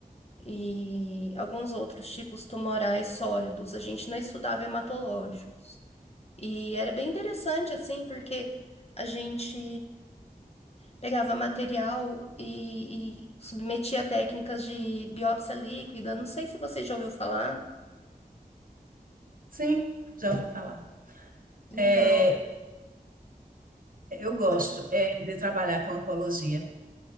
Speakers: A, on the left; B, on the right.
A: e alguns outros tipos tumorais sólidos. A gente não estudava hematológicos. E era bem interessante, assim, porque a gente pegava material e, e submetia a técnicas de biópsia líquida. Não sei se você já ouviu falar.
B: Sim, já ouvi falar.
A: Então,
B: É, Eu gosto
A: pode...
B: é, de trabalhar com oncologia.